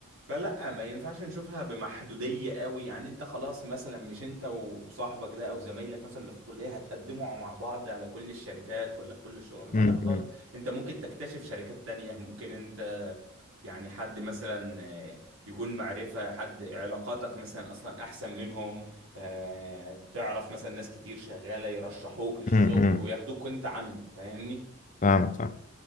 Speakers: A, on the right; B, on the left.
A: فلا ما ينفعش نشوفها بمحدودية قوي يعني انت خلاص مثلا مش انت وصاحبك ده او زمايلك مثلا اللي في الكلية هتقدموا مع بعض على كل الشركات ولا في كل الشغل ما
B: امم
A: لا خالص
B: امم
A: انت ممكن تكتشف شركات تانية ممكن انت يعني حد مثلا آه، يكون معرفة حد علاقاتك مثلا أصلا أحسن منهم آه، تعرف مثلا ناس كتير شغالة يرشحوك للشغل
B: امم
A: وياخدوك أنت عنه فاهمني؟
B: فاهمك فاهمك.